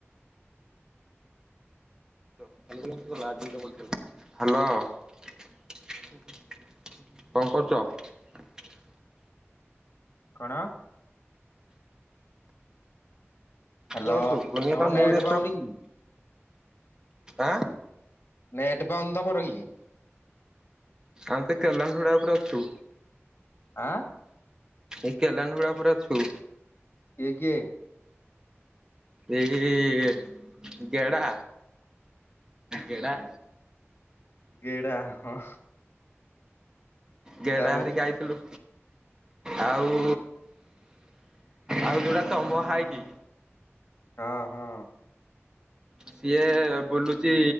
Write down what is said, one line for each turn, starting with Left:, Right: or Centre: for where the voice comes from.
Right: ହାଲୋ । କଣ କରୁଚ?
Left: କଣ? ହାଲୋ
Right: କଣ ଶୁଭୁନି ଏଟା
Left: ତମ
Right: ମୁଁ
Left: ନେଟ୍
Right: ଯେତେ
Left: ପାଉନି କି?
Right: ଆଁ?
Left: ନେଟ୍ ପାଉନି ତମର କି?
Right: ଆମ ତ କେଲନ୍ ଥୋଡା ଉପରାସ ଅଛୁ।
Left: ଆଁ?
Right: ଏଇ କେଲାନ ହୁଡା ପରା ଅଛୁ?
Left: ଇଏ କିଏ?
Right: ଏ ଗେଢ଼ା ଗେଢା।
Left: ଗେଡ଼ା ହଁ।
Right: ଗେଡା
Left: ତାପରେ
Right: ହାରିକାଇଥିଲୁ ଆଉ। ଆଉ ଯୁଟା ତମ ହାଇଟି?
Left: ହଁ ହଁ।
Right: ସିଏ ବୁଲୁଚି